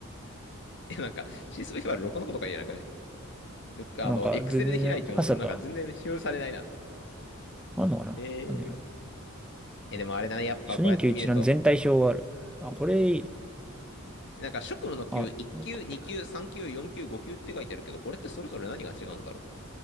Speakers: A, on the left; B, in the centre.
A: <laughs> え、なんか CSV ファイル6のことか言えなくないよくあの、
B: なんか、
A: エクセルで開いても、
B: 全然ね、パスだったわ。
A: なんか全然使用されないな。
B: あんのかなあんねや。
A: えー、え、でもあれだね。やっぱこうやって見ると、
B: 初任給一覧全体表がある。あ、これいいな。
A: なんか職務の級、
B: あ、
A: 1級、
B: こうやって
A: 2級、3級、4級、5級って書いてあるけど、これってそれぞれ何が違うんだろう。